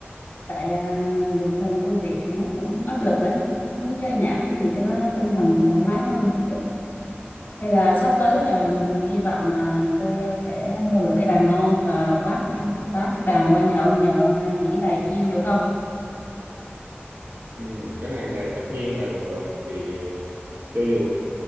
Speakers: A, on the left (about 50°); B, on the right (about 75°).
A: tại à, bình thường công việc thì nó cũng áp lực đấy nhưng muốn chơi nhạc cái gì cho nó tinh thần thoải mái hơn một chút nên là sắp tới là hy vọng là tôi à, sẽ mua được cây đàn ngon và quát vác đàn qua nhà ông nhờ ông à, chỉ vài chiêu được không
B: ừ, cái này là tất nhiên là được rồi vì ờ, cho dù